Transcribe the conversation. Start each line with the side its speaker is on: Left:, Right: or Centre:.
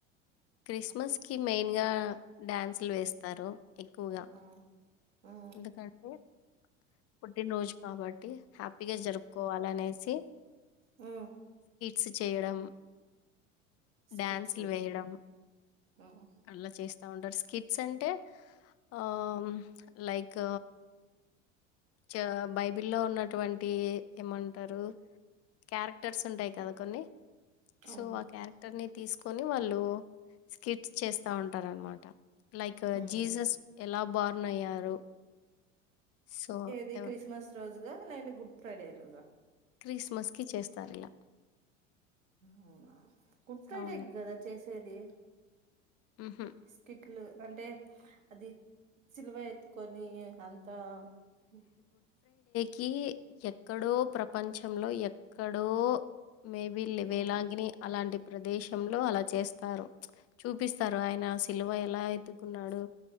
Left: క్రిస్మస్కి మెయిన్గా డ్యాన్సులు వేస్తారు ఎక్కువగా
Right: ఆ ఆ
Left: ఎందుకంటే పుట్టినరోజు కాబట్టి హ్యాపీగా జరుపుకోవాలనేసి
Right: ఆ
Left: స్ చేయడం
Right: స్కిట్స్
Left: డ్యాన్సులు వేయడం
Right: మ్మ్
Left: అలా చేస్ ౌండర్ స్కిట్స్ అంటే ఆ లైక్ చ బైబి లో ఉన్నటువంటి ఏమంటారు క్యారెక్టర్స్ ఉంటాయి కదా కొన్ని
Right: అవును
Left: సో ఆ క్యారెక్టర్ ని తీసుకొని వాళ్ళు స్కిట్స్ చేస్ ా ఉంటారు అనమాట లైక్
Right: మ్మ్
Left: జీసస్ ఎలా బర్న్ అయ్యారు సో
Right: ది
Left: ఎవ్
Right: క్రిస్మస్ రోజు అ అ గుడ్ ఫైడే రాజా
Left: క్రిస్మస్ కి చేస్తా సర్లా
Right: అవునా గుడ్ ఫ్రైడే
Left: అవును.
Right: కదా చేసి సది
Left: హుహు.
Right: స్కిట్లు అంటే అది చిలువ ఎత్తుకొని అంత త
Left: కి ఎక్కడో ప్రపంచంలో ఎక్కడో మేబి లే వేలాంగిని
Right: మ్మ్
Left: అలాంటి ప్రదేశ లో అలా చేస్త చూపిస్త స్తారు ఆయన శిలువ ఎలా ఎత్తుకున్నాడు